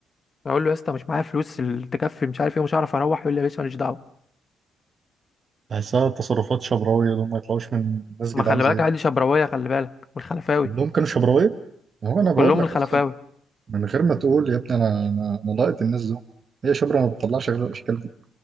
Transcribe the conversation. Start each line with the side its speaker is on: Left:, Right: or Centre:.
Left: اقول له يا اسطى مش معايا فلوس اللي تكفي مش عارف ايه مش هعرف اروح يقول لي يا باشا ماليش دعوه
Right: بحسها تصرفات شبراويه دول ما يطلعوش من ناس جدعان
Left: ما خلي
Right: زينا
Left: بالك عادي شبراويه خلي بالك والخلفاوي
Right: كلهم كانوا شبراويه هو انا بقول
Left: كلهم
Right: لك
Left: الخلفاوي
Right: اصلا من غير ما تقول يا ابني انا انا انا لقيت الناس دول هي شبرا ما بتطلعش غير الاشكال دي